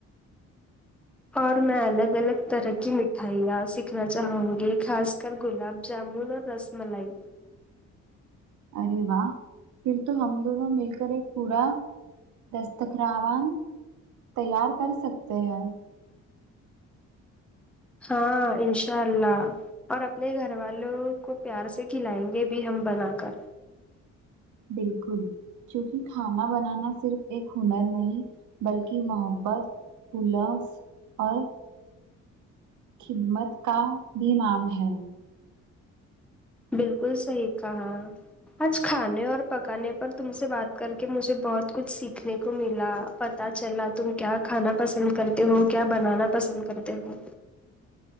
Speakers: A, in the centre; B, on the right.
A: اور میں الگ الگ طرح کی مٹھائیاں سیکھنا چاہوں گی خاص کر گلاب جامن اور رس ملائی
B: ارے واہ پھر تو ہم دونوں مل کر ایک پورا دستخروان تیار کر سکتے ہیں
A: ہاں انشاء اللہ اور اپنے گھر والوں کو پیار سے کھلائیں گے بھی ہم بنا کر
B: بالکل کیونکہ کھانا بنانا صرف ایک ہنر نہیں بلکہ محبت <unintelligible> خدمت کا بھی نام ہے
A: بالکل صحیح کہا آج کھانے اور پکانے پر تم سے بات کر کے مجھے بہت کچھ سیکھنے کو ملا پتا چلا تم کیا کھانا پسند کرتے ہو کیا بنانا پسند کرتے ہو